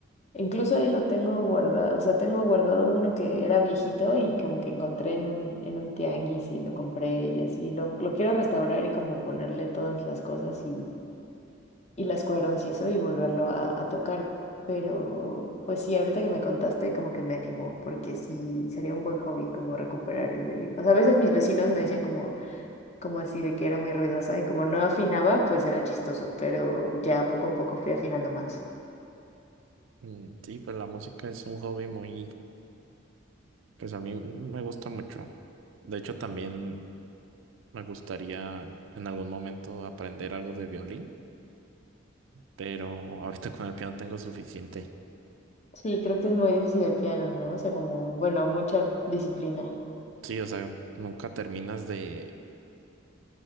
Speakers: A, on the left (about 35°); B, on the right (about 80°).
A: incluso ahí lo tengo guardado, o sea, tengo guardado uno que era viejito y como que encontré en un, en un tianguis y lo compré y así, lo, lo quiero restaurar y como ponerle todas las cosas y y las cuerdas y eso y volverlo a, a tocar. Pero pues sí, ahorita que me contaste como que me animó, porque sí, sería un buen hobby como recuperar el violín. O sea, a veces mis vecinos me decían como, como así de que era muy ruidosa y como no afinaba, pues era chistoso, pero ya poco a poco fui afinando más.
B: Mm, Sí, pues la música es un hobby muy, pues a mí me gusta mucho. De hecho, también me gustaría en algún momento aprender algo de violín, pero ahorita con el piano tengo suficiente.
A: Sí, creo que es muy difícil el piano, ¿no? O sea, como, bueno, mucha disciplina.
B: Sí, o sea, nunca terminas de,